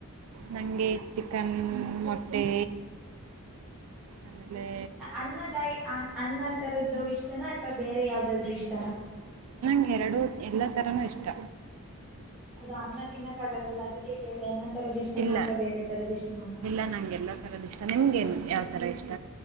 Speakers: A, on the right; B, in the centre.
A: ನಂಗೆ ಚಿಕನ್ ಮೊಟ್ಟೆ ಆಮೇಲೆ
B: ಅನ್ನದಾಯಿ ಅನ್ನ ತರದ್ದು ಇಷ್ಟನ ಅಥ್ವಾ ಬೇರೆ ಯಾವ್ದಾದ್ರು ಇಷ್ಟನ.
A: ನಂಗೆ ಎರಡು ಎಲ್ಲ ತರಾನೂ ಇಷ್ಟ.
B: ಅದು ಅನ್ನ ತಿನ್ನಕ್ ಆಗಲ್ವಲ್ಲ ಅದಕ್ಕೆ ಕೇಳಿದೆ ಅನ್ನ ತರದ್ ಇಷ್ಟನ
A: ಇಲ್ಲ
B: ಅಥವಾ ಬೇರೆ ತರದ್ ಇಷ್ಟನ ಅಂತ.
A: ಇಲ್ಲ ನಂಗೆಲ್ಲ ತರದ್ ಇಷ್ಟ ನಿಮ್ಗೇನ್ ಯಾವ ಥರ ಇಷ್ಟ.